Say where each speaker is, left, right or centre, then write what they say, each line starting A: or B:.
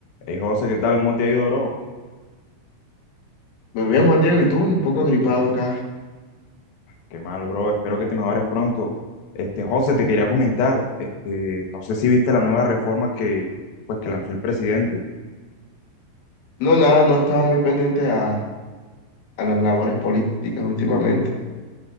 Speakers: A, on the left (about 60°); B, on the left (about 85°).
A: Hey José, ¿qué tal? ¿Cómo te ha ido, bro?
B: Muy bien, Juan Diego, y tú, un poco gripado acá.
A: Qué mal, bro. Espero que te mejores pronto. Este, José, te quería comentar, este, no sé si viste la nueva reforma que, pues, que lanzó el presidente.
B: No, nada, no he estado muy pendiente a, a las labores políticas últimamente.